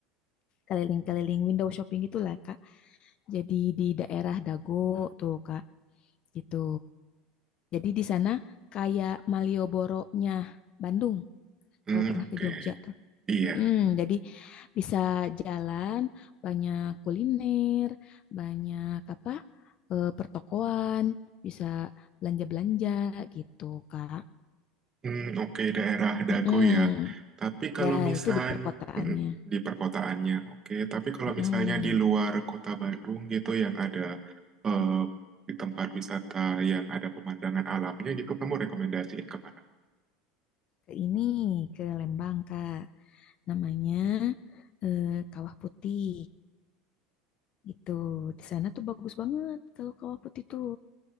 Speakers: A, on the left; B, on the right.
A: keliling-keliling window shopping gitulah Kak. Jadi di daerah Dago tuh Kak gitu. Jadi di sana kayak Malioboro-nya Bandung
B: Hmm,
A: kalau pernah
B: oke.
A: ke Jogja tuh.
B: Iya,
A: Mm, jadi bisa jalan, banyak kuliner, banyak apa eh, pertokoan, bisa belanja-belanja gitu, Kak.
B: Hmm, oke daerah Dago
A: Mm-mm.
B: ya. Tapi kalau
A: Ya,
B: misalnya
A: itu di perkotaannya.
B: di perkotaannya, oke. Tapi kalau
A: Mm-mm.
B: misalnya di luar kota Bandung gitu yang ada eh, di tempat wisata yang ada pemandangan alamnya gitu, kamu rekomendasiin kemana?
A: Ke ini, ke Lembang, Kak. Namanya eh, Kawah Putih gitu. Di sana tuh bagus banget kalau Kawah Putih tuh.